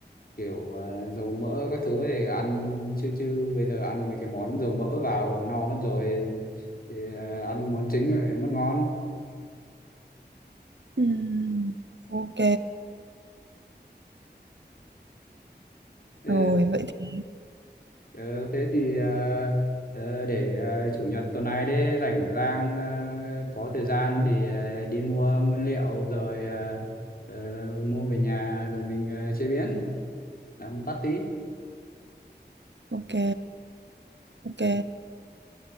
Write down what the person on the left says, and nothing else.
kiểu ờ, dầu mỡ các thứ để ăn chứ chứ bây giờ ăn mấy cái món dầu mỡ vào no mất rồi thì ờ, ăn món chính lại mất ngon
Ờ,
Ờ, thế thì ờ, ờ, để ờ, chủ nhật tuần này đấy rảnh rang ờ, có thời gian thì ờ, đi mua nguyên liệu rồi ờ, ờ, mua về nhà rồi mình ờ, chế biến làm patty.